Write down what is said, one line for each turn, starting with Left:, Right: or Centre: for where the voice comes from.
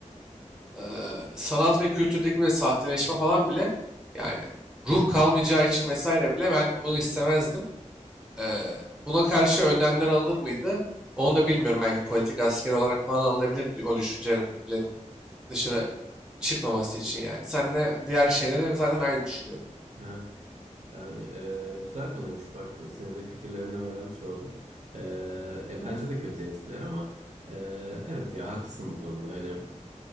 Centre: e, sanat ve kültürdeki böyle sahteleşme falan bile yani ruh kalmayacağı için vesaire bile ben bunu istemezdim. Eee, buna karşı önlemler alınır mıydı? Onu da bilmiyorum. Belki politik asker olarak falan alınabilir di- o düşünce fikirlerin dışarı çıkmaması için yani. Senle diğer şeylere zaten aynı düşünüyorum.
Right: Aha, yani e, güzel konuymuş bak bu. Senin de fikirlerini öğrenmiş oldum. E, ya bence de kötü etkiler ama e, evet ya haklısın bu konuda. Hani